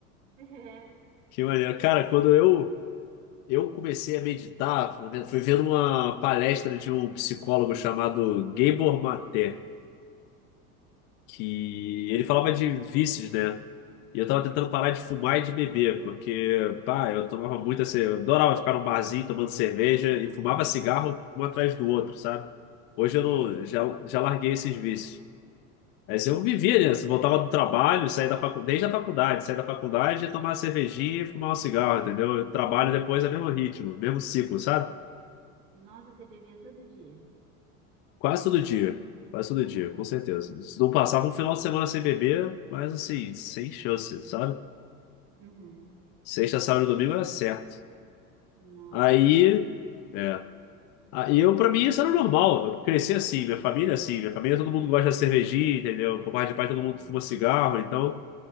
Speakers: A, on the right; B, on the left.
A: É.
B: Que maneiro. Cara, quando eu, eu comecei a meditar, fui vendo uma palestra de um psicólogo chamado Gabor Maté. que ele falava de vícios, né? E eu tava tentando parar de fumar e de beber, porque, pá, eu tomava muito assim, eu adorava ficar num barzinho tomando cerveja
A: Aham.
B: e fumava cigarro um atrás do outro, sabe? Hoje eu
A: Sei.
B: não, já, já larguei esses vícios. Aí assim, eu vivia, né? Assim, voltava do trabalho, saía da faculdade, desde a faculdade, saía da faculdade, ia tomar uma cervejinha e fumar um cigarro, entendeu? Eu trabalho depois é o mesmo ritmo, mesmo ciclo, sabe?
A: Nossa, você bebia todo dia.
B: Quase todo dia. Quase todo
A: Caramba.
B: dia, com certeza. Não passava um final de semana sem beber, mas assim, sem chance, sabe?
A: Uhum.
B: Sexta, sábado e domingo era certo.
A: Nossa.
B: Aí, é. Aí eu, pra mim, isso era normal. Eu cresci assim, minha família é assim. Minha família, todo mundo gosta de cervejinha, entendeu? Por parte de pai,
A: Aham.
B: todo mundo fuma cigarro. Então,